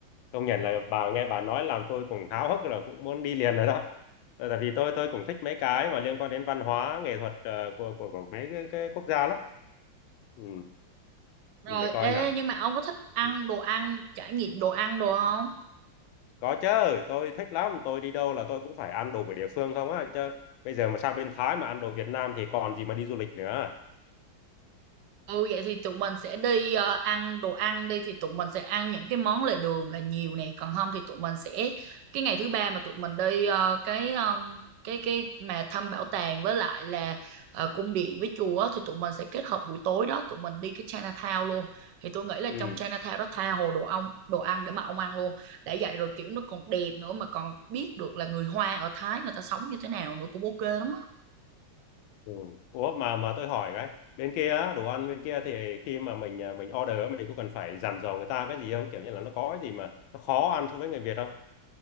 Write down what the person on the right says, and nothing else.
rồi
ê
nhưng mà ông có thích ăn
đồ ăn trải nghiệm đồ ăn đồ không
Ừ vậy thì tụi mình sẽ đi ờ, ăn đồ ăn đi thì tụi mình sẽ ăn những cái món lề đường là nhiều nè còn không thì tụi mình sẽ cái ngày thứ ba mà tụi mình đi ờ, cái ờ, cái cái mà thăm bảo tàng với lại là ờ, cung điện với chùa á, thì tụi mình sẽ kết hợp buổi tối đó tụi mình đi cái Chinatown luôn thì tôi nghĩ là
trong Chinatown đó tha hồ đồ ông đồ ăn để mà ông ăn luôn đã vậy rồi kiểu nó còn đẹp nữa mà còn biết được là người Hoa ở Thái người ta sống như thế nào nữa cũng ok lắm